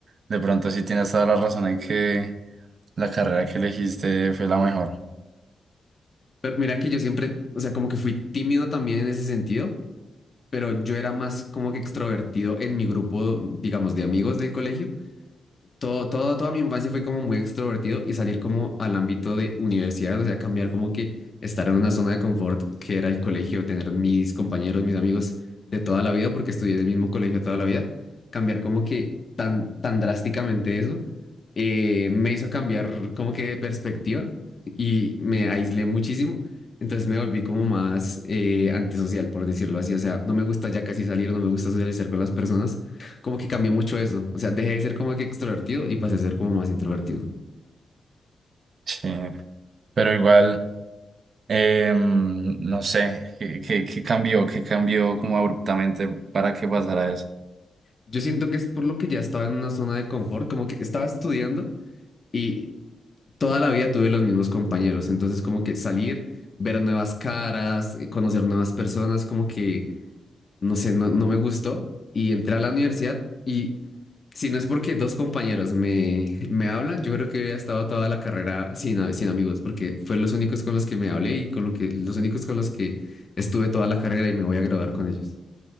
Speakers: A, on the right; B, on the left.
A: de pronto sí tienes toda la razón en que la carrera que elegiste fue la mejor.
B: Pero mira que yo siempre, o sea, como que fui tímido también en ese sentido, pero yo era más como que extrovertido en mi grupo, digamos, de amigos del colegio. todo, todo- toda mi infancia fue como muy extrovertido y salir como al ámbito de universidad, o sea, cambiar como que estar en una zona de confort que era el colegio, tener mis compañeros, mis amigos de toda la vida, porque estudié en el mismo colegio toda la vida, cambiar como que tan, tan drásticamente eso, eh, me hizo cambiar como que de perspectiva y me aislé muchísimo. Entonces me volví como más eh, antisocial, por decirlo así. O sea, no me gusta ya casi salir, no me gusta socializar con las personas como que cambié mucho eso. O sea, dejé de ser como que extrovertido y pasé a ser como más introvertido.
A: Sí, pero igual, em, no sé, ¿qué, qué- qué cambió? ¿Qué cambió como abruptamente para que pasara eso?
B: Yo siento que es por lo que ya estaba en una zona de confort, como que estaba estudiando y toda la vida tuve los mismos compañeros. Entonces, como que salir, ver nuevas caras, conocer nuevas personas, como que no sé, no, no me gustó y entré a la universidad y si no es porque dos compañeros me, me hablan, yo creo que hubiera estado toda la carrera sin, a- sin amigos porque fue los únicos con los que me hablé y con lo que, los únicos con los que estuve toda la carrera y me voy a graduar con ellos.